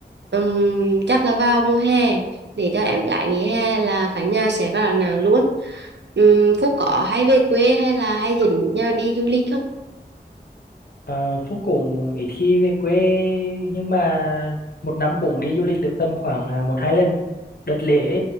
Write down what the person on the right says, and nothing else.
Ừm, chắc là vào mùa hè để cho em gái nghỉ hè là cả nhà sẽ vào Đà Nẵng luôn. Ừm, Phúc có hay về quê hay là hay dẫn nhà đi du lịch không?